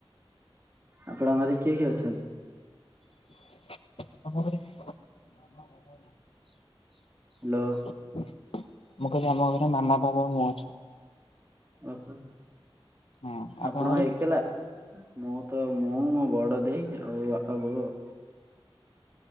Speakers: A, on the right; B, on the left.
A: ଆପଣଙ୍କ ଘରେ କିଏ କିଏ ଅଛନ୍ତି?
B: <inaudible>
A: ହ୍ୟାଲୋ।
B: ମୁଁ କହିଲି ଆମ ଘରେ ମାମା ବାପ ଆଉ ମୁଁ ଅଛୁ।
A: ଓହୋ
B: ହଁ ଆପଣଙ୍କ
A: ଆପଣ
B: ଘରେ
A: ଏକଲା। ମୁଁ ତ ମୁଁ ମୋ ବଡ ଦେଇ ଆଉ ବାପା ବୋଉ ଆଉ।